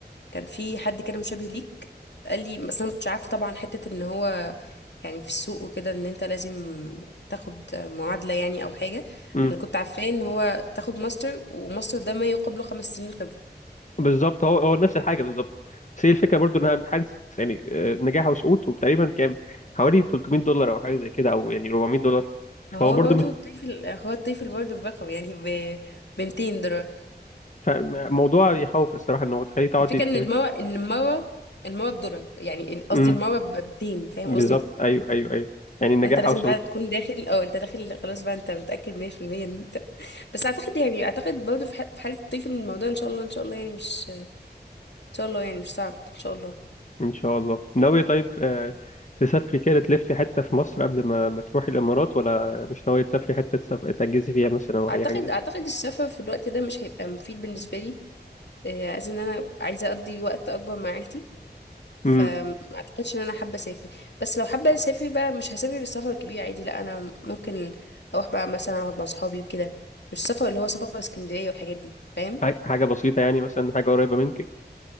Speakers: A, on the left; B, on the left.
A: كان في حد كده مشابه ليك قال لي بس انا ما كنتش عارفه طبعا حته ان هو يعني في السوق وكده ان انت لازم تاخد معادله يعني او حاجه
B: امم
A: انا كنت عارفاه ان هو تاخد ماستر وماستر ده ما يقابله خمس سنين خبره
B: بالظبط هو هو نفس الحاجه بالظبط بس هي الفكره برضو انها امتحان س- يعني آه، نجاح وسقوط وتقريبا كام حوالي 300 دولار او حاجه زي كده او يعني 400 دولار فهو
A: فهو
B: برضو
A: برضه
B: مش
A: الطفل هو الطفل برضه برقم يعني ب 200 دولار
B: ف- موضوع يخوف الصراحه ان هو تخليه تقعدي
A: الفكره
B: ت...
A: ان المره ان المره المره بدولار يعني قصدي
B: امم
A: المره ب 200 فاهم
B: بالظبط
A: قصدي
B: ايوه ايوه ايوه يعني نجاح
A: انت لازم
B: وسقوط
A: بقى تكون داخل او انت داخل خلاص بقى انت متاكد 100% ان انت بس اعتقد يعني اعتقد برضه في ح- في حاله الطفل من الموضوع ان شاء الله ان شاء الله يعني مش ان شاء الله يعني مش صعب ان شاء الله
B: ان شاء الله ناويه طيب آه، تسافري كده تلفي حته في مصر قبل ما ما تروحي الامارات ولا مش ناويه تسافري حته تسف... تجهزي فيها مثلا او
A: اعتقد
B: اي حاجه زي كده
A: اعتقد السفر في الوقت ده مش هيبقى مفيد بالنسبه لي آه، عايز ان انا عايزه اقضي وقت اكبر مع عيلتي فما
B: امم
A: اعتقدش ان انا حابه اسافر بس لو حابه اسافر بقى مش هسافر بالسفر كبير عادي لا انا ممكن اروح بقى مثلا اقعد مع صحابي وكده مش السفر اللي هو سفر اسكندريه والحاجات دي فاهم
B: حاجه حاجة بسيطه يعني مثلا حاجه قريبه منك